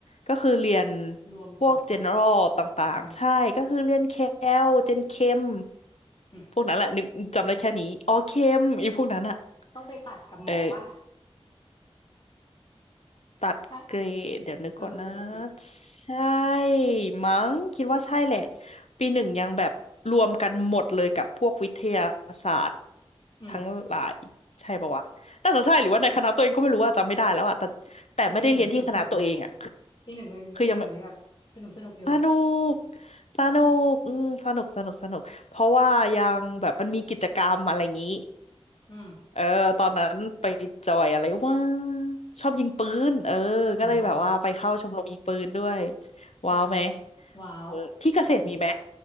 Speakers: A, on the left; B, on the left.
A: ก็คือเรียน
B: รวมก่อนไหม
A: พวก general ต่างๆใช่ก็คือเรียนแค
B: อ่า
A: ลเจนเคม
B: อืม
A: พวกนั้นแหละนึกจำได้แค่นี้อ๋อเคมอีพวกนั้นอะ
B: ต้องไปตัดกับหมอป่ะ
A: เออ ตัดเกรดเดี๋ยวนึกก่อนนะ
B: ถ้าเออแต่กิ
A: ใช่มั้งคิดว่าใช่แหละปีหนึ่งยังแบบรวมกันหมดเลยกับพวกวิทยาศาสตร์
B: อืม
A: ทั้งหลายใช่ปะวะน่าจะใช่หรือว่าในคณะตัวเองก็ไม่รู้อะจำไม่ได้แล้วอะแต่แต่ไม่ได้เรียนที่คณะตัวเองอะคือ
B: แต่ปีหนึ่งสนุกสนุกไหมปีหนึ่งมันปีหนึ่งมันแบบสนุกสนุกอยู่
A: คือยังไม่สนุกสนุกอืมสนุกสนุกสนุกเพราะว่ายังแบบมันมีกิจกรรมอะไรอย่างนี้
B: อืม
A: เออตอนนั้นไปจอยอะไรว่าชอบยิงปืนเออก็เลยแบบว่าไปเข้าชมรมยิงปืนด้วย
B: ว้าว
A: ว้าวไหม
B: อ่าว้าว
A: เออที่เกษตรมีไหม